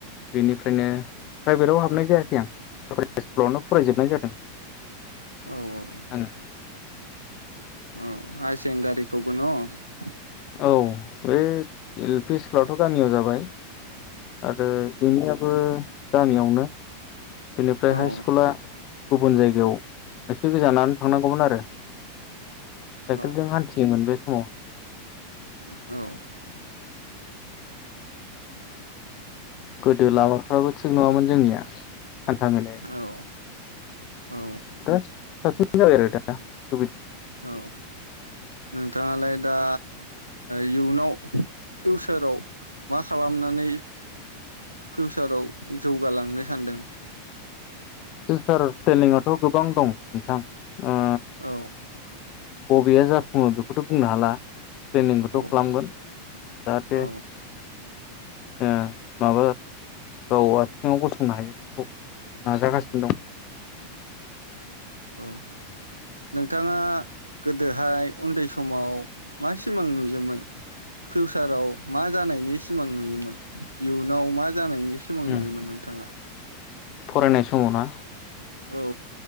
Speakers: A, on the left; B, on the right.
A: बेनिफ्रायनो। प्राइभेटआव हाबनाय जायाखै आं। हाइ स्कुलावनो फरायजोबनाय जादों।
B: औ औ।
A: आङो
B: औ हाय सेकेन्दारिखौबो न?
A: औ बे एल फि स्कुलाथ गामियाव जाबाय। आरो एम इ आबो। गामियावनो। बेनिफ्राय
B: औ
A: हाइ स्कुला। गुबुन जायगायाव एसे गोजानानै थांनांगौमोन आरो। साइकेलजों
B: औ
A: हान्थियोमोन बे। समावहाय
B: औ।
A: गोदो लामाफ्राबो थिग नंङामोन जोंनिया। हान्था मेलाया
B: औ।
A: <unintelligible>
B: औ औ नोंथाङालाय? दा इयुनाव फिउसाराव मा खालामनानै फिउसाराव जौगालांनो सानदों?
A: फिउचार फ्लेनिंआथ गोबां दं नोंथां ओम।
B: औ।
A: बबेया जाफुङो बेखौथ बुंनो हाला। प्लेनिंखौथ खालामगोन
B: औ
A: जाहाथे।
B: औ
A: ओ माबा गाव आथिङाव गसंनो हायो बेखौ नाजागासिनो दं।
B: औ नोंथाङा गोदोहाय उन्दै समाव मा सिमां नुयोमोन फिउसाराव मा जानायनि सिमां नुयोमोन इयुनाव मा? जानायनि सिमां
A: दं
B: नुयोमोन नोंथाङा?
A: फरायनाय समाव ना?
B: औ